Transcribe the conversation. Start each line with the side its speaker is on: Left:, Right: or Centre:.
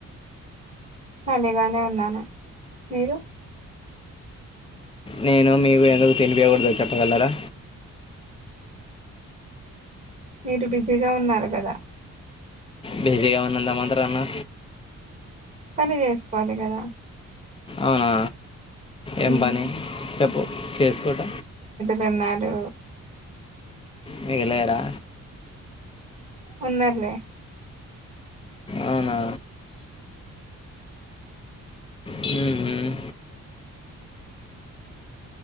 Right: ఖాలిగానే ఉన్నాను మీరు
Left: నేను మీకు ఎందుకు తినిపయకూడదు చెప్పగలరా
Right: మీరు బిజీగా ఉన్నారు కదా
Left: బేజీగా ఉన్నందమత్రనా
Right: పని చేసుకోవాలి కదా
Left: అవునా ఏం
Right: ఉమ్,
Left: పని చెప్పు చేసుకుంట
Right: రోనాలు
Left: మిగిలేరా
Right: ఉన్నార్లె
Left: అవునా హు హుమ్